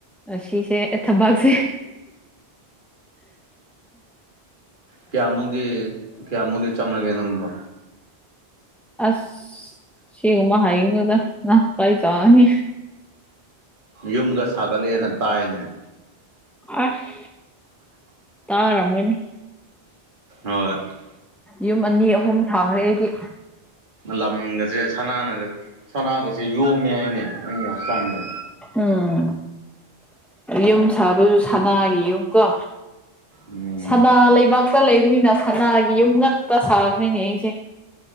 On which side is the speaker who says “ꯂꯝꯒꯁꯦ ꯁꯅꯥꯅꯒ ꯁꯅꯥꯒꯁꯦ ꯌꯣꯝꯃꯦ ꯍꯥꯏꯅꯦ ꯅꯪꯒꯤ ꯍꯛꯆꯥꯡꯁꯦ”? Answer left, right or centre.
Right